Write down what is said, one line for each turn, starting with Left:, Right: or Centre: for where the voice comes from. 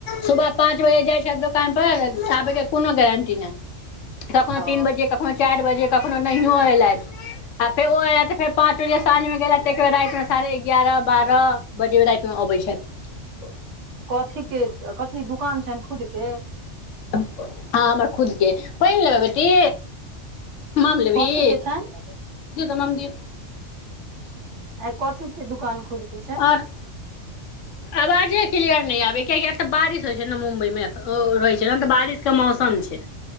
Left: सुबह पाँच बजे जाए छैथ दो दुकान पर तऽ आबै कोनो गारंटी नहि कखनो
Right: ओ
Left: तीन बजे कखनो चारि बजे कखनो नहियो एलथि आ फेर ओ एलथि फेर पाँच बजे साँझ मे गेलथि तऽ एके बेर राति मे साढ़े एगारह बारह बजे मे राति मे अबै छथि
Right: कथी के कथी दुकान छनि खुद के
Left: हँ हमर खुद के पइन लेबै बेटी माम लेबही
Right: कथी के छनि
Left: दिगऽ मम दिय सुगर
Right: ऐय कथी के दुकान खुद के छै
Left: आप आवाजे क्लियर नहि आबैये कियेकी तऽ बारिश होए छै ने मुम्बई मे अख अ ओ रहै छै ने तऽ बारिश के मौसम छै